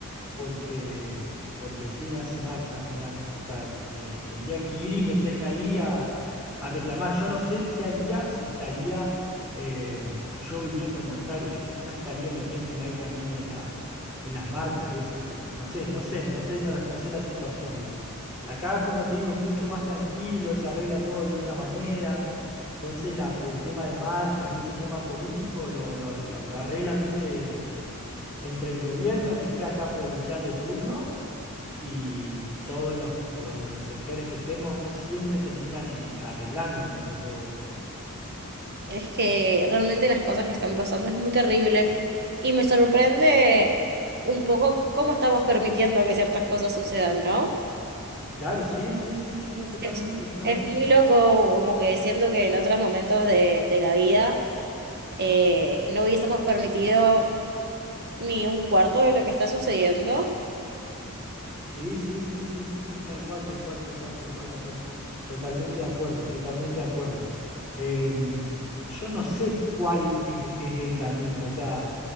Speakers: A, on the right (about 20°); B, on the right (about 45°).
A: porque, porque sí me hace mal, me hace mal. O sea, eh, tendría que ir y meterme ahí a, <laughs> a reclamar. Yo no sé qué haría si estaría eh, yo viviendo en Buenos Aires. Yo quizás estaría metiéndome ahí también en la, en las marchas esas ahí. No sé, no sé, no sé, no, la- no sé la situación, ¿viste? Acá, como te digo, es mucho más tranquilo, se arregla todo de otra manera. Entonces, la- el tema de marchas y ese tema político lo, lo- lo- lo arreglan, ¿viste? entre el gobierno que esté acá provincial de turno y todos los, los de los sectores que estén, más o menos siempre terminan eh, arreglando dentro de todo, ¿viste?
B: Es que realmente las cosas que están pasando es muy terrible y me sorprende un poco cómo estamos permitiendo que ciertas cosas sucedan, ¿no?
A: Claro, sí, sí, sí, sí, no, totalmente,
B: Es,
A: totalmente.
B: es muy loco, como que siento que en otros momentos de, de la vida eh, no hubiésemos permitido ni un cuarto de lo que está sucediendo.
A: Sí, sí, sí, sí, sí, sí, tal cual, tal cual, tal cual, tal cual, tal cual. Totalmente de acuerdo, totalmente de acuerdo. Eh, yo no sé cuál es, es el camino, o sea,